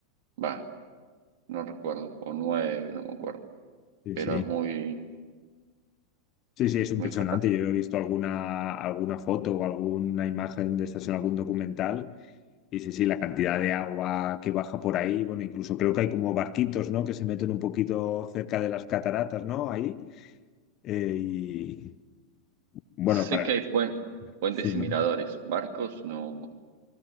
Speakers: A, on the right; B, on the left.
A: Va, no recuerdo, o nueve, no me acuerdo,
B: Sí,
A: pero
B: sí.
A: es muy,
B: Sí,
A: eh,
B: sí, es impresionante.
A: muy fantástico.
B: Yo he visto alguna, alguna foto o alguna imagen de estas en algún documental. Y sí, sí, la cantidad de agua que baja por ahí. Bueno, incluso creo que hay como barquitos, ¿no? Que se meten un poquito cerca de las cataratas, ¿no? Ahí. Eh, y bueno,
A: Sé
B: para.
A: que hay puen- puentes
B: Sí, ¿no?
A: y miradores, barcos no,